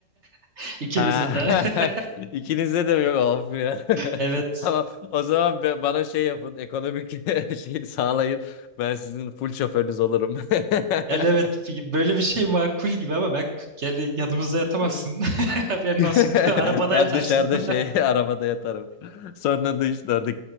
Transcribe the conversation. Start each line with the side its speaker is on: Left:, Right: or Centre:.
Right: <laughs> İkimizin
Left: Ha,
Right: de. <laughs>
Left: <laughs> ikinizde de mi yok of ya.
Right: Evet.
Left: <laughs> Tamam. O zaman be- bana şey yapın. Ekonomik <laughs> şey sağlayın. Ben sizin full şoförünüz olurum. <laughs>
Right: Yani evet böyle bir şey makul gibi ama ben yani yanımızda yatamazsın.
Left: Evet.
Right: <laughs> Haberin
Left: <laughs>
Right: olsun. <laughs> Arabada
Left: Ben
Right: yatarsın.
Left: dışarıda
Right: <laughs>
Left: şey <laughs> arabada yatarım. Sonra dışarıda